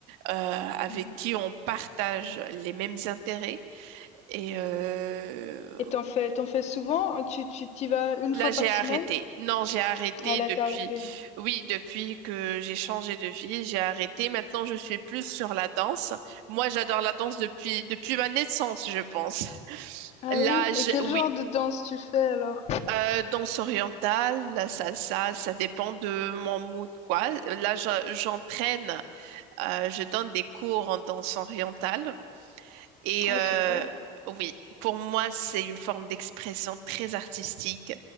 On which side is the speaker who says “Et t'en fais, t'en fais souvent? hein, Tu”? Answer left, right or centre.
Left